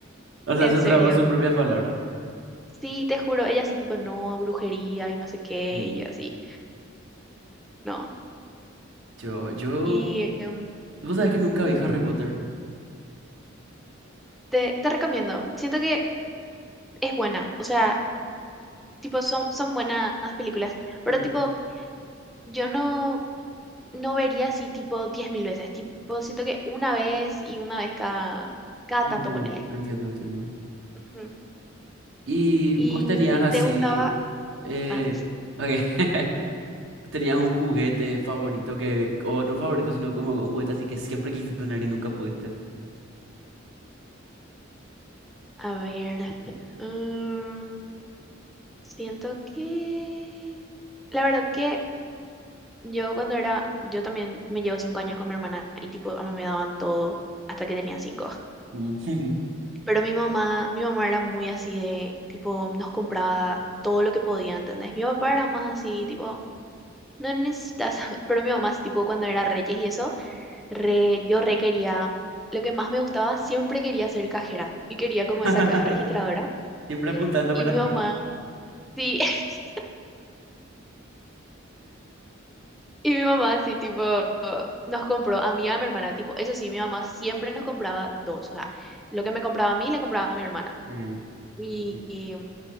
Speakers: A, on the right; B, in the centre.
A: O sea,
B: En
A: se
B: serio.
A: trabó sus propias palabras.
B: Sí, te juro. Ella sí tipo, no, brujería y no sé qué.
A: Mm.
B: Y yo así, no.
A: Yo, yo,
B: Y em,
A: vos sabés que nunca
B: ujú,
A: vi Harry Potter.
B: te, te recomiendo. Siento que es buena. O sea, tipo son, son buenas películas. Pero
A: Mm,
B: tipo, yo no... no vería así tipo 10.000 veces, tipo siento que una vez y una vez cada, cada
A: entiendo,
B: tanto ponele.
A: entiendo, entiendo.
B: Ujú.
A: Y
B: Y
A: vos tenías así,
B: te gustaba,
A: eh,
B: ah,
A: ok, <laughs> tenías un juguete favorito que, o no favorito, sino como un juguete así que siempre quisiste tener y nunca pudiste.
B: a ver, mm, siento que, la verdad que yo cuando era, yo también me llevo cinco años con mi hermana y tipo a mí me daban todo hasta que tenía cinco.
A: Mm.
B: Pero mi mamá, mi mamá era muy así de, tipo, nos compraba todo lo que podía, ¿entendés? Mi papá era más así, tipo, no necesitas, <laughs> pero mi mamá, sí, tipo, cuando era Reyes y eso re, yo re quería, lo que más me gustaba, siempre quería ser cajera y quería como
A: <laughs>
B: esa caja registradora.
A: Siempre apuntando
B: Y
A: para
B: mi
A: arriba.
B: mamá, sí, <laughs> y mi mamá así tipo nos compró a mí y a mi hermana, tipo, eso sí, mi mamá siempre nos compraba dos, o sea, lo que me compraba a mí le compraba a mi hermana.
A: Mm,
B: Y,
A: ujú,
B: y,